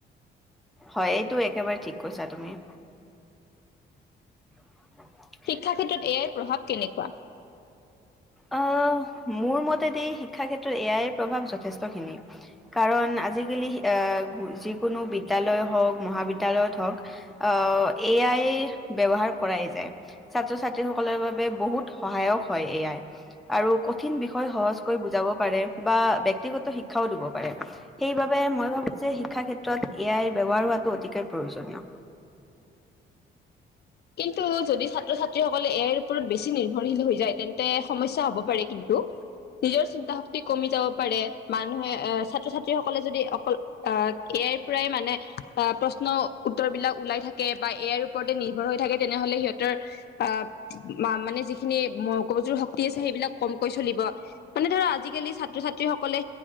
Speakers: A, in the centre; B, on the left (about 55°).
A: হয় এইটো একেবাৰে ঠিক কৈছা তুমি। <inaudible>
B: শিক্ষা ক্ষেত্ৰত এ আইৰ প্ৰভাৱ কেনেকুৱা?
A: আহ মোৰ মতেদি শিক্ষা ক্ষেত্ৰত এয়াইৰ প্ৰভাৱ যথেষ্টখিনি। কাৰণ আজিকালি আহ যিকোনো বিদ্যালয় হওঁক মহাবিদ্যালয়ত হওক আঁহ এ আই ব্যৱহাৰ কৰাই যায়। ছাত্ৰ ছাত্ৰীসকলৰ বাবে বহুত সহায়ক হয় এ আই। আৰু কঠিন বিষয় সহজকৈ বুজাব পাৰে, বা ব্যক্তিগত শিক্ষাও দিব পাৰে। সেইবাবে মই ভাবো যে শিক্ষা ক্ষেত্ৰত এ আই ব্যৱহাৰ হোৱাটো অতিকৈ প্ৰয়োজনীয়।
B: কিন্তু যদি ছাত্ৰ ছাত্ৰীসকলে ইয়াৰ ওপৰত বেছি নিৰ্ভৰশীল হৈ যায়, তেন্তে সমস্যা হ'ব পাৰে কিন্তু। নিজৰ চিন্তা শক্তি কমি যাব পাৰে, মানুহে আঁহ ছাত্ৰ ছাত্ৰীসকলে যদি অকল আহঁ। এ‌‌ আই পৰাই মানে অঁ প্ৰশ্ন উত্তৰ বিলাক ওলাই থাকে বা এ আই ওপৰতে নি ৰ্ভৰ হৈ থাকে তেনেহলে সিহঁতৰ আঁহ মানে যিখিনি মগজুৰ শক্তি আছে সেইবিলাক কমকৈ চলিব। মানে ধৰা আজিকালি ছাত্ৰ ছাত্ৰীসকলে